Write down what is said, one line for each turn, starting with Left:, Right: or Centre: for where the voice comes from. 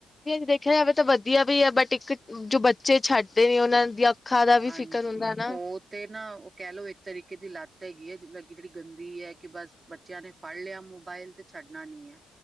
Left: ਦੇਖਿਆ ਜਾਵੇ ਤਾਂ ਵਧੀਆ ਵੀ ਹੈ ਬਟ ਇੱਕ ਜੋ ਬੱਚੇ ਛੱਡਦੇ ਨੇ ਉਹਨਾਂ ਦੀਆਂ ਅੱਖਾਂ ਦਾ ਵੀ
Right: ਹਾਂਜੀ
Left: ਫਿਕਰ ਹੁੰਦਾ ਨਾ
Right: ਉਹ ਤੇ ਨਾ ਉਹ ਕਹਿ ਲਓ ਇੱਕ ਤਰੀਕੇ ਦੀ ਲੱਤ ਹੈਗੀ ਹੈ ਜੇ ਲੱਗੀ ਜਿਹੜੀ ਗੰਦੀ ਹੈ ਕਿ ਬਸ ਬੱਚਿਆਂ ਨੇ ਫੜ ਲਿਆ ਮੋਬਾਇਲ ਤੇ ਛੱਡਣਾ ਨੀ ਹੈ,